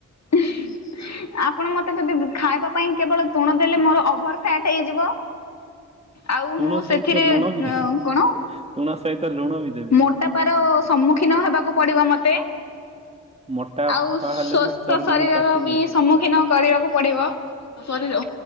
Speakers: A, on the left; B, on the right.
A: <unintelligible> ଆପଣ ମତେ ଯଦି ଖାଇବା ପାଇଁ କେବଳ ତୁଣ ଦେଲେ ମୋର ଓଭର ଫ୍ୟାଟ ହେଇଯିବ। ଆଉ
B: ତୁଣ
A: ମୁଁ
B: ସହିତ
A: ସେଥିରେ
B: ଲୁଣ
A: ଅ
B: ବି ଦେବି
A: କଣ।
B: ତୁଣ ସହିତ ଲୁଣ ବି ଦେବି।
A: ମୋଟାପାର ସମ୍ମୁଖୀନ ହେବାକୁ ପଡିବ ମତେ।
B: ମୋଟାପା
A: ଆଉ ସ୍ଵସ୍ଥ
B: ହେଲେ ମୁଁ ଚର୍ବିକୁ
A: ଶରୀରର
B: କାଟିଦେବି
A: ବି ସମ୍ମୁଖୀନ କରିବାକୁ ପଡିବ ଶରୀର